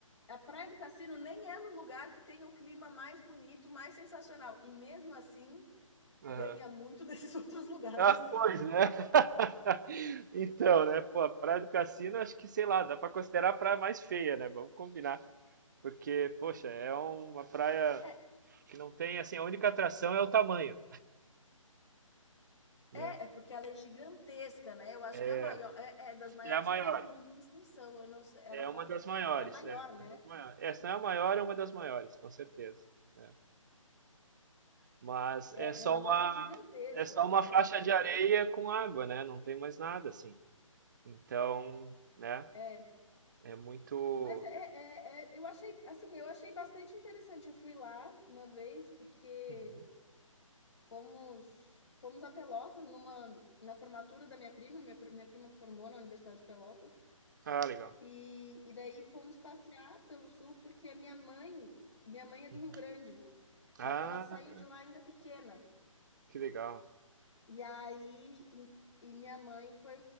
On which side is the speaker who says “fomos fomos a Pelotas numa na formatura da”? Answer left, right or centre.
Left